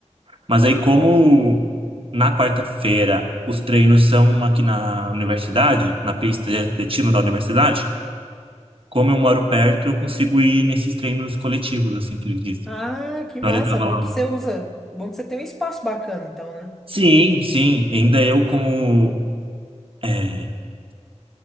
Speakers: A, on the right; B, in the centre.
A: Mas aí, como na quarta-feira os treinos são aqui na universidade, na pista de atletismo da universidade, como eu moro perto, eu consigo ir nesses treinos coletivos, assim que eles dizem.
B: Ah, que
A: Então,
B: massa.
A: ele tava
B: Bom
A: lá.
B: que você usa. Bom que você tem um espaço bacana, então, né?
A: Sim, sim. Ainda eu, como é,